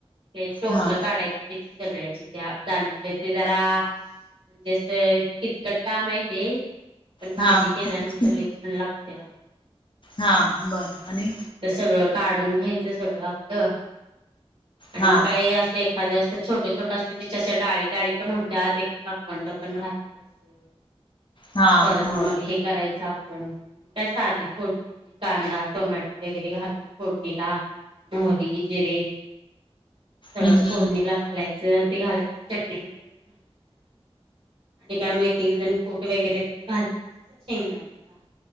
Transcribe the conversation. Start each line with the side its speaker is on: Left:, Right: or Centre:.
Right: ते टोपलं
Left: हा
Right: काढायची त्याची सगळ्याची त्या दाण्याची ते जरा म्हणजे अस किचकट काम आहे ते, पण भाजी
Left: हा
Right: केल्यानंतर
Left: होयच की
Right: लई छान लागतेय.
Left: हा बर. आणि?
Right: तिथं सगळं काढून घ्यायचं सगळं आपलं आणि
Left: हा
Right: मग काय असं एक एखादं असं छोटे-छोटं असते त्याच्याेस डाळी डाळी पण होतात एकेकाकंड पण राहते तसे. हे ओ
Left: हा
Right: परत
Left: होय
Right: मग हे करायचं आपण काय साधी फोडणी कांदा टोमॅटो वगैरे घालून फोडणीला मोहरी, जिरे सगळं
Left: हम्म हम्म
Right: फोडणीला घालायचं ते घालायचं चटणी मीठ वगैरे. घालायचं आणि काय मैकी जण कोट वगैरे पण घालत्यात ना त्या शेंगदाण्याचा.